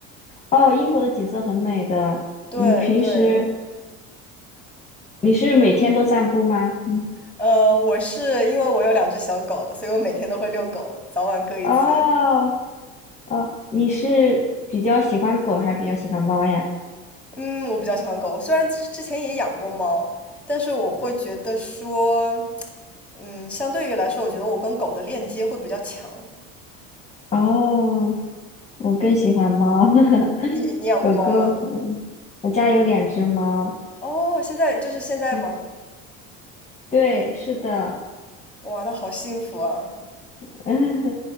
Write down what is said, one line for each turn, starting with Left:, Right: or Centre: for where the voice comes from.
Left: 哦，英国的景色很美的。
Centre: 对对，
Left: 你们平时你是每天都散步吗？嗯，
Centre: 呃，我是因为我有两只小狗，所以我每天都会遛狗，早晚各一次。
Left: 哦哦，你是比较喜欢狗还是比较喜欢猫呀？
Centre: 嗯，我比较喜欢狗，虽然之之前也养过猫，但是我会觉得说，嗯，相对于来说，我觉得我跟狗的链接会比较强。
Left: 哦。我更喜欢猫，<laughs>
Centre: 你你养过猫吗？
Left: 狗狗。嗯，我家有两只猫。
Centre: 哦，现在就是现在吗？
Left: 嗯，对，是的。
Centre: 哇，那好幸福啊！
Left: <laughs>